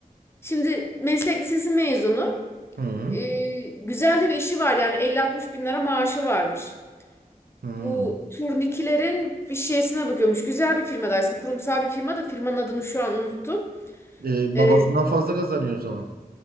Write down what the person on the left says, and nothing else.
Şimdi meslek lisesi mezunu.
Ee, güzel de bir işi var yani 50-60 bin lira maaşı varmış.
Bu turnikilerin bir şeysine bakıyormuş. Güzel bir firma aslında kurumsal bir firma da firmanın adını şu an unuttum.
Ee,